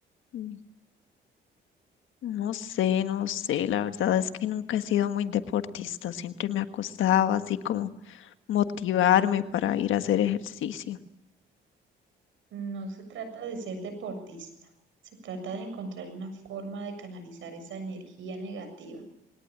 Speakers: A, on the left; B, on the right.
A: mm, No sé, no sé, la verdad es que nunca he sido muy deportista, siempre me acostaba así como motivarme para ir a hacer ejercicio.
B: No se trata de ser deportista, se trata de encontrar una forma de canalizar esa energía negativa.